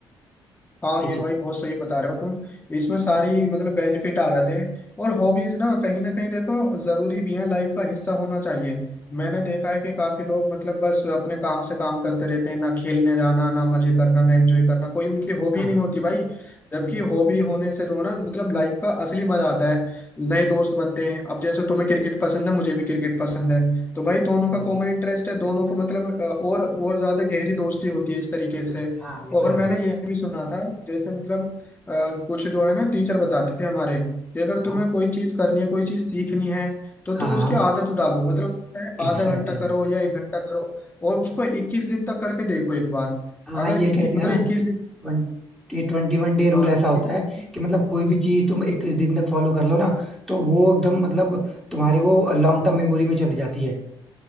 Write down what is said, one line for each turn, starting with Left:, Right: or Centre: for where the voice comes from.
Left: हाँ
Centre: ये चीज
Left: ये भाई बहुत सही बता रहे हो तुम इसमें सारी मतलब बेनिफिट आ जाते हैं और हॉबीज ना कहीं ना कहीं देखो जरूरी भी है लाइफ का हिस्सा होना चाहिए मैंने देखा है कि काफी लोग मतलब बस अपने काम से काम करते रहते हैं ना खेलने जाना ना मजे करना ना एंजॉय करना कोई उनकी हॉबी
Centre: हाँ
Left: नहीं
Centre: हाँ
Left: होती भाई जबकि
Centre: exactly.
Left: हॉबी होने से जो है ना मतलब लाइफ का असली मजा आता है नए दोस्त बनते हैं अब जैसे तुम्हें क्रिकेट पसंद है मुझे भी क्रिकेट पसंद है तो भाई दोनों
Centre: हम्म।
Left: का कॉमन इंटरेस्ट
Centre: Interest
Left: है दोनों को
Centre: है
Left: मतलब
Centre: दोनों।
Left: अ, और और ज्यादा गहरी दोस्ती होती है इस तरीके से
Centre: हाँ ये
Left: और
Centre: तो है
Left: मैंने
Centre: भाई
Left: ये भी सुना था जैसे मतलब अ, कुछ जो है ना टीचर बताते थे हमारे कि अगर तुम्हें
Centre: हाँ
Left: कोई चीज करनी है कोई चीज सीखनी है तो तुम
Centre: हाँ
Left: उसकी आदत डालो मतलब उसमें
Centre: एग्जैक्टली
Left: आधा घंटा करो या एक घंटा करो और उसको इक्कीस दिन तक करके देखो एक बार
Centre: हाँ हाँ
Left: अगर
Centre: ये
Left: इक्कीस
Centre: कहते
Left: मतलब
Centre: हैं ना
Left: इक्कीस दिन
Centre: ट्वेंटी ये ट्वेंटी वन डे रूल
Left: हाँ
Centre: ऐसा होता
Left: 21
Centre: है कि मतलब कोई भी चीज तुम इक्कीस दिन तक फॉलो कर लो ना तो वो एकदम मतलब तुम्हारे वो लॉन्ग टर्म मेमोरी में चली जाती है